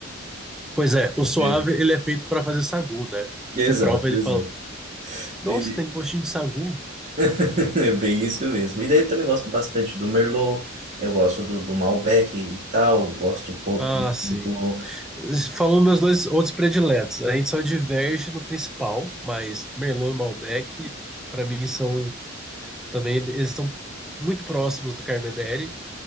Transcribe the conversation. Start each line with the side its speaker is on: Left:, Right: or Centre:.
Centre: Pois é, o suave
Right: É,
Centre: ele é feito para fazer sagu, né?
Right: Exato,
Centre: Você prova ele
Right: exato.
Centre: e fala: Nossa,
Right: E-
Centre: tem gostinho de sagu.
Right: <laughs> é bem isso mesmo. E daí eu também gosto bastante do Merlot, eu gosto do, do Malbec e tal, gosto um pouco
Centre: Ah, sim,
Right: do,
Centre: Falou meus dois outros prediletos. A gente só diverge no principal, mas Merlot e Malbec, para mim, são também. Eles estão muito próximos do Carmenere,